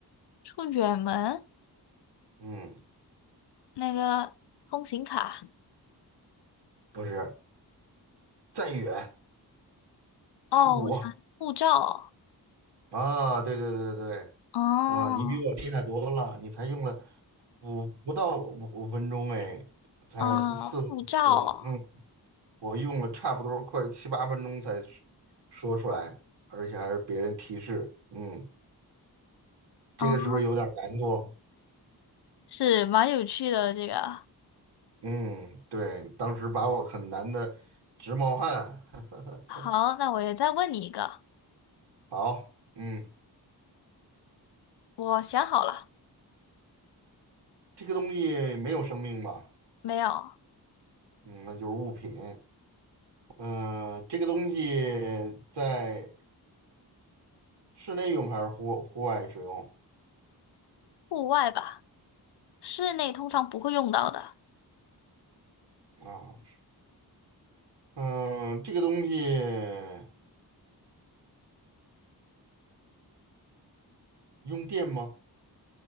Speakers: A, on the left; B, on the right.
A: 出远门
B: 嗯，
A: 那个通行卡。
B: 不是，再远
A: 哦，
B: 出国
A: 我想护照。
B: 啊，对对对对，
A: 哦，
B: 哇，你比我厉害多了，你才用了五不到五五分钟哎，才四分钟，
A: 哦，护照。
B: 嗯，我用了差不多快七八分钟才说说出来，而且还是别人提示，嗯，这个是不是有点难度？
A: 哦，是蛮有趣的这个。
B: 嗯，对，当时把我很难的直冒汗。<laughs>
A: 好，那我也再问你一个，
B: 好，嗯，
A: 我想好了，
B: 这个东西没有生命吧？
A: 没有，
B: 嗯，那就是物品。嗯、这个东西在室内用还是户户外使用
A: 户外吧，室内通常不会用到的，
B: 啊？嗯、这个东西用电吗？